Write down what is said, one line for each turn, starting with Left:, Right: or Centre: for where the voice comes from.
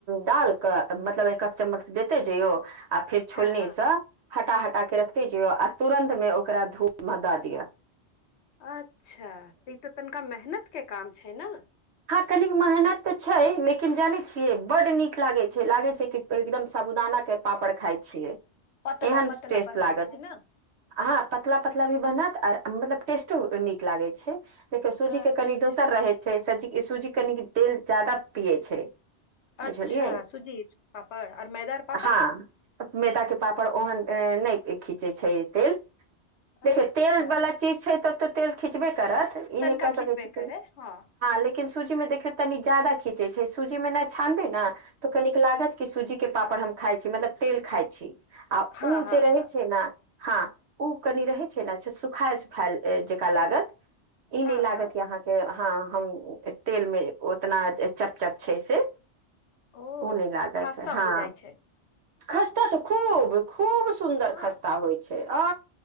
Right: डाल कऽ मतलब एक आद चम्मच देते जैयौ आ फेर छोलनीसँ
Left: हाँ हाँ
Right: हटा हटा के रखते जइयो आ तुरन्त में ओकरा धूप मे दऽ दियौ
Left: अच्छा तऽ ई तऽ तनिका मेहनत के काम छै न
Right: हँ कनिक मेहनत तऽ छै लेकिन जाने छिये बड नीक लागे छै लागे छै कि एकदम साबुदाना के पापड़ खाय छियै
Left: पतला
Right: एहन
Left: पतला
Right: टेस्ट
Left: बनै
Right: लागत
Left: छै ने
Right: हँ पतला पतला भी बनत आर मतलब टेस्टो नीक लागै छै सूजी
Left: अच्छा
Right: के कनि दोसर रहै छै सजी सूजी कनि तेल जदा पियै छै
Left: अच्छा
Right: बुझलियै
Left: सुजी पापड़ आओर मैदा पापड़
Right: हँ मैदा के पापड़ ओहन नहि खीचे छै तेल देखियौ
Left: अच्छा
Right: तेल बाला तब तऽ तेल खीचबे करत ई
Left: तनिका
Right: नहि क
Left: खिचबे
Right: सक छी
Left: करे हाँ
Right: लेकिन सूजी मे देखियौ तनी ज्यादा खीचे छै सूजी मे नहि छानबे ने तऽ कनिक लागत कि सूजी के पापड़ हम खाइ छी मतलब तेल खाइ छीये आ
Left: हाँ
Right: ऊ
Left: हाँ
Right: जे रहै
Left: हाँ
Right: छै ने हँ ओ कनि रहै छै ने अच्छा सुखाल सुखायल जेकरा लागत ई
Left: हाँ
Right: नहि लागत
Left: हाँ
Right: अहाँके हँ हम तेल मे उतना चप चप छै से
Left: ओ
Right: ऊ नहि लागत
Left: आ खास्ता
Right: हँ
Left: हो जाइ छै
Right: खस्ता तऽ खूब खूब सुन्दर
Left: हाँ
Right: खस्ता होइ छै आ